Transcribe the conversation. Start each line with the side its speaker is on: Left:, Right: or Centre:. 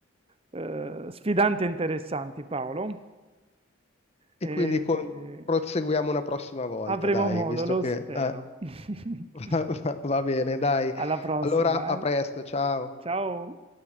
Right: eh, sfidanti e interessanti, Paolo.
Left: E
Right: E,
Left: quindi con-
Right: eh,
Left: proseguiamo una prossima volta,
Right: avremo
Left: dai,
Right: modo,
Left: visto
Right: lo
Left: che
Right: spero.
Left: eh, <laughs>
Right: <laughs>
Left: va va- va bene, dai.
Right: Alla prossima,
Left: Allora, a
Right: eh.
Left: presto, ciao.
Right: Ciao.